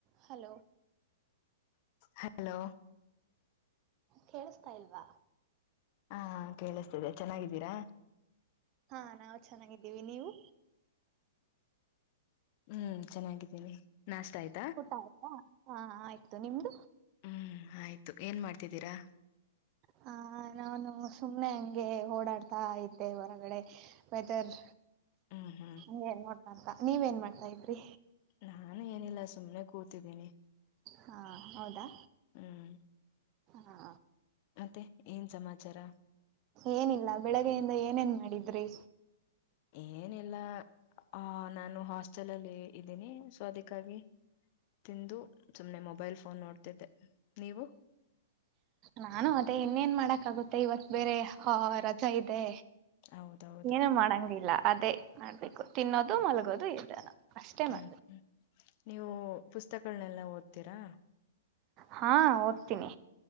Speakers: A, on the right; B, on the left.
A: hello
B: hello
A: ಕೇಳಿಸತಾ ಇಲ್ವಾ
B: ಹಾ ಕೇಳಿಸ್ತಿದೆ ಚೆನ್ನಾಗಿದ್ದೀರಾ
A: ಹಾ ನಾವು ಚೆನ್ನಾಗಿದ್ದೀವಿ ನೀವು
B: ಹ್ಮ್ ಚೆನ್ನಾಗಿದ್ದೀನಿ ನಾಷ್ಟ ಆಯ್ತು
A: ಊಟ ಆಯ್ತಾ ಹಾ ಆಯ್ತು ನಿಮ್ದ
B: ಹ್ಮ್ ಆಯ್ತು ಏನ್ ಮಾಡ್ತಿದ್ದೀರಾ
A: ಹ ನಾನು ಸುಮ್ನೆ ಹಂಗೆ ಓಡಾಡ್ತಾ ಇದ್ದೆ ಹೊರಗಡೆ ವೇದರ್
B: ಹಾಂ ಹಾಂ
A: ನೀ ನೋಡ್ತಾ ಅಂತ ನೀವ್ ಏನ್ ಮಾಡ್ತಾ ಇದ್ರಿ
B: ನಾನು ಏನಿಲ್ಲ ಸುಮ್ನೆ ಕೂತಿದ್ದೀನಿ
A: ಹಾ ಹೌದಾ
B: ಹ್ಮ್
A: ಹಾ
B: ಮತ್ತೆ ಏನ್ ಸಮಾಚಾರ
A: ಏನಿಲ್ಲ ಬೆಳಗ್ಗೆಯಿಂದ ಏನೇನ್ ಮಾಡಿದ್ರಿ
B: ಏನಿಲ್ಲ ಆ ನಾನು ಹಾಸ್ಟೆಲಲ್ಲಿ ಇದ್ದೀನಿ ಸೊ ಅದಕ್ಕಾಗಿ ತಿಂದು ಸುಮ್ಮ್ನೆ ಮೊಬೈಲ್ ಫೋನ್ ನೋಡ್ತಿದ್ದೆ ನೀವು
A: ನಾನು ಅದೇ ಇನ್ನೇನ್ ಮಾಡಕಾಗುತ್ತೆ ಇವತ್ ಬೇರೆ ಹಾ ರಜಾ ಇದೆ
B: ಹೌದೌದು
A: ಏನು ಮಾಡಂಗಿಲ್ಲ ಅದೇ ಮಾಡ್ಬೇಕು ತಿನ್ನೋದು ಮಲಗೋದು ಇದ್ದನ ಅಷ್ಟೇ ಮಾಡ
B: ಹ್ಮ್್ಮ ನೀವು ಪುಸ್ತಕಗಳನೆಲ್ಲಾ ಓದ್ತೀರಾ
A: ಹಾ ಓದ್ತೀನಿ